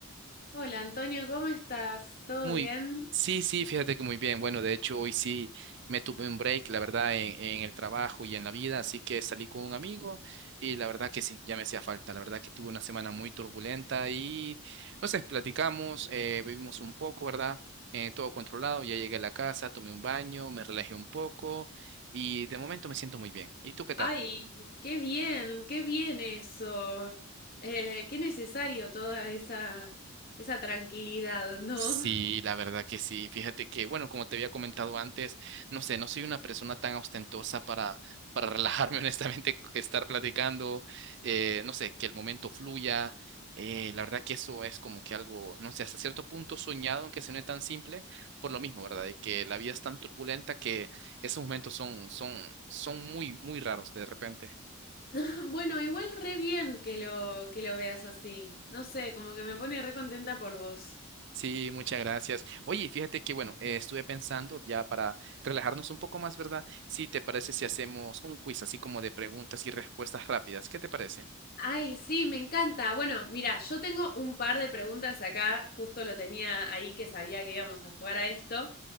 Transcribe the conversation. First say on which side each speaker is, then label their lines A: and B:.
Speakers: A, on the left; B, on the right.
A: Hola Antonio, ¿cómo estás? ¿Todo
B: Muy,
A: bien?
B: sí, sí, fíjate que muy bien. Bueno, de hecho, hoy sí me tuve un break, la verdad, en, en el trabajo y en la vida, así que salí con un amigo y la verdad que sí, ya me hacía falta. La verdad que tuve una semana muy turbulenta y, no sé, platicamos, eh, vivimos un poco, ¿verdad? Eh, todo controlado, ya llegué a la casa, tomé un baño, me relajé un poco y de momento me siento muy bien. ¿Y tú qué tal?
A: Ay, qué bien, qué bien eso. Eh, qué necesario toda esa, esa tranquilidad, ¿no?
B: Sí, la verdad que sí. Fíjate que, bueno, como te había comentado antes, no sé, no soy una persona tan ostentosa para, para relajarme, <laughs> honestamente, estar platicando, eh, no sé, que el momento fluya. Eh, la verdad que eso es como que algo, no sé, hasta cierto punto soñado, aunque suene tan simple, por lo mismo, ¿verdad? De que la vida es tan turbulenta que esos momentos son, son, son muy, muy raros de repente.
A: <laughs> Bueno, igual re bien que lo, que lo veas así. No sé, como que me pone re contenta por vos.
B: Sí, muchas gracias. Oye, fíjate que, bueno, eh, estuve pensando ya para relajarnos un poco más, ¿verdad? Sí, ¿te parece si hacemos un quiz así como de preguntas y respuestas rápidas? ¿Qué te parece?
A: Ay, sí, me encanta. Bueno, mira, yo tengo un par de preguntas acá, justo lo tenía ahí que sabía que íbamos a jugar a esto.